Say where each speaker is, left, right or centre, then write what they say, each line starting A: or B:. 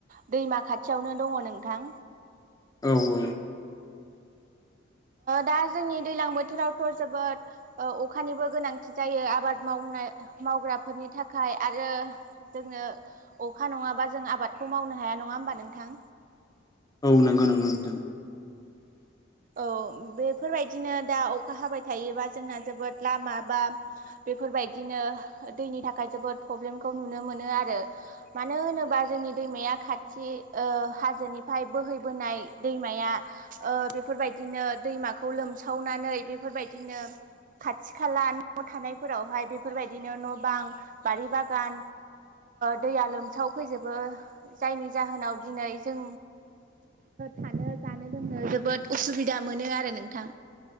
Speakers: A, on the right (about 45°); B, on the left (about 20°).
A: दैमा खाथियावनो दङ नोंथां
B: औ औ
A: दा जोंनि दैलां बोथोरावथ' जोबोद अखानिबो गोनांथि जायो आबाद मावनाय मावग्राफोरनि थाखाय आरो जोंनो अखा नङाबा जों आबादखौ मावनो हाया नङा होमबा नोंथां
B: औ नंगौ नंगौ नोंथ
A: औ बेफोरबायदिनो दा अखा हाबाय थायोबा जोंना जोबोद लामा बा बेफोरबायदिनो दैनि थाखाय जोबोद प्रब्लेमखौ नुनो मोनो आरो मानो होनोबा जोंनि दैमाया खाथि हाजोनिफ्राय बोहैबोनाय दैमाया बे बेफोरबायदिनो दैमाखौ लोमसावनानै बेफोरबायदिनो खाथि खाला न' थानायफोरावहाय बेफोरबायदिनो न' बां बारि बागान दैया लोमसावफैजोबो जायनि जाहोनाव दिनै जों थानो जानो लोंनो जोबोद उसुबिदा मोनो आरो नोंथां